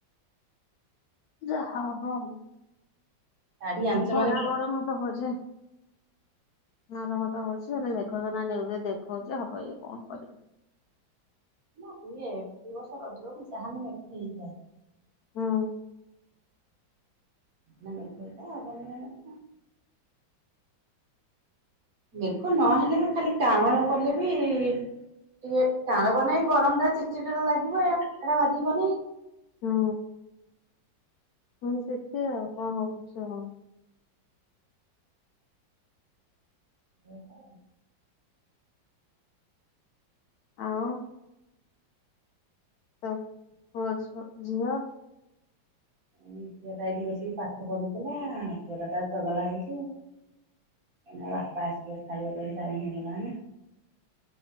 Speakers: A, on the left (about 75°); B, on the right (about 50°).
A: ଯାହା ହବ ଆଉ।
B: ଶାଢୀ ଆଣିଛ
A: ହଉ ଖରା
B: ମାନେ
A: ଗରମ ତ ହଉଛେ। ଭଲ କଥା ହଉଛି ସେ ମେଘଜନା ନ୍ୟୁଜରେ ଦେଖାଉଛି ହବ ଇଏ କଣ କରିବ କି।
B: ନା ହୁଏ ଦୁଇ ବର୍ଷ ରଜକୁ ଯାହାହେଲେ ମେଘ ହେଇଥାଏ।
A: ହୁଁ।
B: ମେଘଟା <inaudible> ବନ ନ ମେଘ ନହେଲେ ବି ଖାଲି କାଁଳ କଲେ ବି ଟିକେ କାଁଳ କନ ଗରମ ଟା ଚିଚିଟା ଟା ଲାଗିବ ଟା ବାଧିବ ନାହି।
A: ହଁ। ହଁ ଦେଖିଆ ଆଉ କଣ ହଉଚି ଆଚ୍ଛା।
B: ଆଲ <inaudible>
A: ଆଉ ତ ହ ଯିିବା।
B: ଝିଅ ଟା ଏଇଠି ବସିକି ପାଠ ପଢୁଥିଲା ଛୁଅ ଟା ଚଗଲା ହେଇଛି ମ ବାପା ଆସିଲେ ଖାଇବା ପାଇଁ ଟାଇ ହେଇଗଲାଣି ଏ